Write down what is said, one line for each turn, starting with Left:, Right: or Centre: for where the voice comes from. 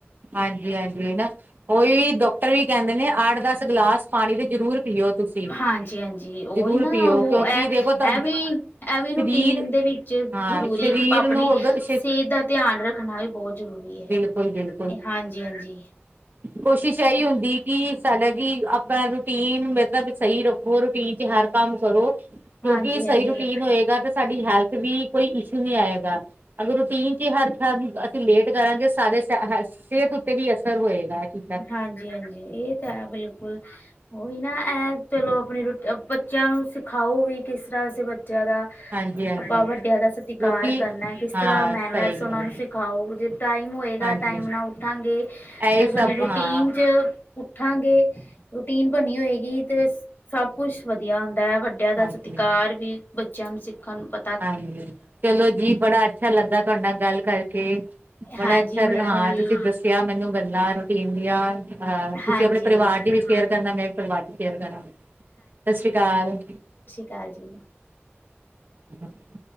Right: ਹਾਂਜੀ-ਹਾਂਜੀ ਨਾ ਓਈ ਡੋਕਟਰ ਵੀ ਕੈਂਦੇ ਦੇ ਨੇ ਆਠ-ਦਸ ਗਲਾਸ ਪਾਣੀ ਦੇ ਜਰੂਰ ਪੀਓ ਤੁਸੀਂ,
Left: ਹਾਂਜੀ-ਹਾਂਜੀ ਉਹੀ
Right: ਜ਼ਰੂਰ
Left: ਨਾ
Right: ਪੀਓ
Left: ਉਹ
Right: ਕਿਉਂਕਿ ਦੇਖੋ
Left: ਇਹ ਵੀ ਇਹ ਐ
Right: ਸਰੀਰ
Left: ਵੀ ਰੂਟੀਨ ਦੇ ਵਿੱਚ
Right: ਹਾਂ
Left: ਜ਼ਰੂਰੀ
Right: ਸਰੀਰ
Left: ਐ ਕੀ ਪਾ ਆਪਣੀ
Right: ਨੂੰ ਅਗਰ
Left: ਸੇ ਦਾ ਧਿਆਨ ਰੱਖਣਾ ਵੀ ਬੋ ਜ਼ਰੂਰੀ ਐ।
Right: ਬਿਲਕੁੱਲ ਬਿਲ
Left: ਹਾਂਜੀ-ਹਾਂਜੀ।
Right: ਕੋਸ਼ਿਸ਼ ਐਈ ਹੁੰਦੀ ਕਿ ਸਾਡਾ ਕੀ ਆਪਾ ਰੂਟੀਨ ਮਤਲਬ ਸਈ ਰੱ ਹੋਰ ਰੂਟੀਨ 'ਚ ਹਰ ਕੰਮ ਕਰੋ ਕਿਉਂਕਿ
Left: ਹਾਂਜੀ-ਹਾਂਜੀ,
Right: ਸਈ ਰੂਟੀਨ ਹੋਏਗਾ ਤੇ ਸਾਡੀ ਹੈਲਥ ਵੀ ਕੋਈ ਇਸ਼ੂ ਨੀ ਆਏਗਾ। ਅਗਰ ਰੂਟੀਨ 'ਚ ਈ ਹਰ ਅਸੀਂ ਲੇਟ ਕਰਾਂਗੇ ਸਾਰੇ ਸਿਹਤ ਉੱਤੇ ਵੀ ਅਸਰ ਹੋਏਗਾ ਜੀ।
Left: ਹਾਂਜੀ-ਹਾਂਜੀ, ਏ ਤਾਂ ਹੈ ਬਿਲਕੁੱਲ। ਉਹੀ ਨਾ ਐ ਚਲੋ ਆਪਣੀ ਰੂਟ ਬੱਚਿਆਂ ਨੂੰ ਸਿਖਾਓ ਵੀ ਕਿਸ ਤਰ੍ਹਾਂ ਅਸੀ ਬੱਚਿਆਂ ਦਾ
Right: ਹਾਂਜੀ ਹਾਂਜੀ
Left: ਆਪਾਂ ਵੱਡਿਆਂ ਦਾ ਸਤਿਕਾਰ
Right: ਕਿਉਂਕਿ
Left: ਕਰਨਾ ਕਿਸ
Right: ਹਾਂ
Left: ਤਰ੍ਹਾਂ ਮੈਨਰਸ
Right: ਸਹੀ ਗੱਲ
Left: ਉਨਾ ਨੂੰ
Right: ਹੈ
Left: ਸਿਖਾਓ ਜੇ ਟਾਈਮ ਹੋਏਗਾ
Right: ਹਾਂਜੀ
Left: ਟਾਈਮ ਨਾਲ ਉੱਠਾਂਗੇ
Right: ਇਹੀ
Left: ਫੇਰ
Right: ਸਭ
Left: ਸਾਡੀ ਰੂਟੀਨ
Right: ਹਾਂ
Left: 'ਚ ਉੱਠਾਂਗੇ, ਰੂਟੀਨ ਬਣੀ ਹੋਏਗੀ 'ਤੇ ਸਭ ਕੁਛ ਵਧੀਆ ਹੁੰਦਾ ਐ ਵੱ ਵੱਡਿਆਂ ਦਾ
Right: ਹਾਂਜੀ
Left: ਸਤਿਕਾਰ ਵੀ ਬੱਚਿਆਂ ਨੂੰ ਸਿੱਖਣ ਨੂੰ ਪ
Right: ਹਾਂਜੀ, ਚਲੋ ਜੀ ਬੜਾ ਅੱਛਾ ਲੱਗਾ ਤੁਹਾਡੇ ਨਾਲ ਗੱਲ ਕਰਕੇ। ਬੜਾ
Left: ਹਾਂਜੀ
Right: ਅੱਛਾ
Left: ਮੈਨੂੰ
Right: ਹਾਂ
Left: ਵੀ
Right: ਤੁਸੀਂ ਦੱਸਿਆ ਮੈਨੂੰ ਗੱਲਾਂ <unintelligible> ਆ ਤੁਸੀਂ
Left: ਹਾਂਜੀ
Right: ਆਪਣੇ ਪਰਿਵਾਰ
Left: ਹਾਂਜੀ
Right: ਚ ਵੀ ਸ਼ੇਅਰ ਕਰਨਾ ਮੈਂ ਪਰਿਵਾਰ ਚ ਸ਼ੇਅਰ ਕਰਾਂਗੀ। ਸਸ ਸ੍ਰੀ ਅਕਾਲ।
Left: ਕਾਲ ਜੀ।
Right: <inaudible>